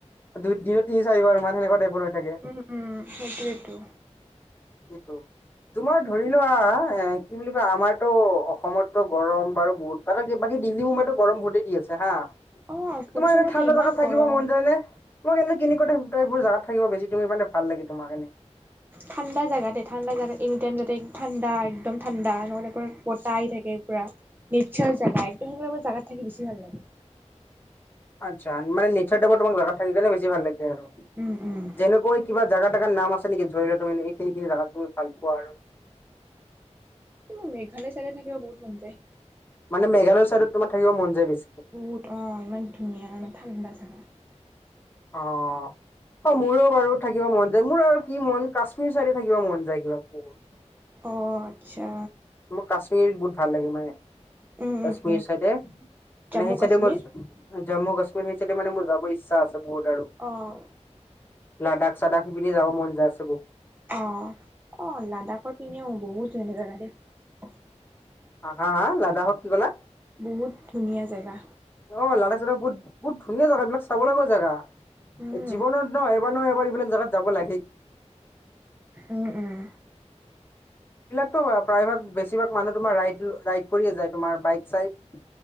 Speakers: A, on the left (about 15°); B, on the right (about 15°).
A: দুই দিনৰ তিনি চাৰিবাৰ মানে সেনেকা টাইপৰ। থাকে
B: উম উম সেইটোৱেটো।
A: সেইটো। তোমাৰ ধৰি লোৱা এ কি বুলি কয় আমাৰ- ো অসমতো গৰম বাৰু বহুত মানে বাকী দিল্লী মো মাইতো গৰম বহুতেই দি আছে হা
B: অ',
A: তোমাৰ
B: চবতে
A: এনে ঠাণ্ডা
B: ইমান
A: জোগাত
B: গৰম
A: থাকিব মন যায় নে? তোমাক এনে কিন ক ত এইবোৰ জাগাত থাকিব বেছি তুমি মানে ভাল লাগে তোমাৰ কাৰণে?
B: ঠাণ্ডা জাগা দেই ঠাণ্ডা জাগা। এনি টাইম যাতে ঠাণ্ডা, একদম ঠাণ্ডা, নহ'লে পৰা পতাই থাকে পুৰা নেচাৰ জেগা। তেনেকোৱা মোৰ জাগাত থাকি বেছি ভাল লাগে।
A: আচ্ছা মানে নেচাৰ টাইপত তোমাক জাগাত থাকি কিনে বেছি ভাল লাগে আৰু
B: উম উম।
A: যেনেকৈ কিবা জাগাত নাম আছে নেকি ধৰিলোৱা এইখিনিখিনি জাগা ভাল পোৱা আৰু।
B: মোৰ মেঘালয় চাইতে থাকিব বহুত মন যায়।
A: মানে মেঘালয় ছাইডত তোমাৰ থাকিব মন যায় বেছি।
B: বহুত অ ইমান ধুনীয়া মানে ঠাণ্ডা জাগা।
A: অ। অ মোৰো বাৰু থাকিব মন যায় মোৰ আৰু কি মন কাশ্মীৰ চাইডে থাকিব মন যায় কিবা বহুত।
B: অ আচ্ছা।
A: মোৰ কাশ্মীৰ বহুত ভাল লাগে মানে।
B: উম
A: কাশ্মীৰ
B: উম উম
A: চাইডে মানে
B: জম্মু
A: সেই
B: কাশ্মীৰ।
A: চাইডে বছ জম্মু কাশ্মীৰ হেইচাইডে মানে মোৰ যাব ইচ্ছা আছে বহুত আৰু
B: অ'।
A: লাডাখ চাডাখ। সেই পিনে যাব মন যায় আছে বহু
B: অহ অ লাডাখৰ পিনিও বহুত ধুনীয়া জাগাডেই।
A: হা হা লাদাখক কি ক'লা?
B: বহুত ধুনীয়া জেগা।
A: অ লাডাখ চাডাখ বহুত বহুত ধুনীয়া জাগা বিলাক চাব লগা জাগা
B: উম।
A: এই জীৱনত ন। নয় এইবাৰ এইবিলাক জাগাত যাব লাগেই।
B: উম উম।
A: এইবিলাকতো প্ৰায়ভাগ বেছিভাগ মানুহ তোমাৰ ৰাই ৰাইড কৰিয়ে যায় তোমাৰ বাইক চাইক।